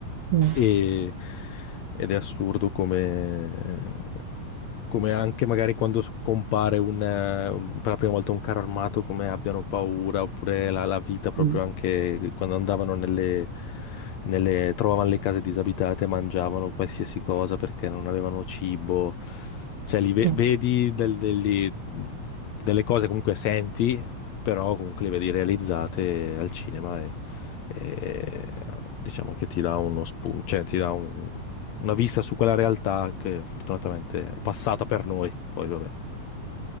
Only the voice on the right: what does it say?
Mm.
Mm,
Mm.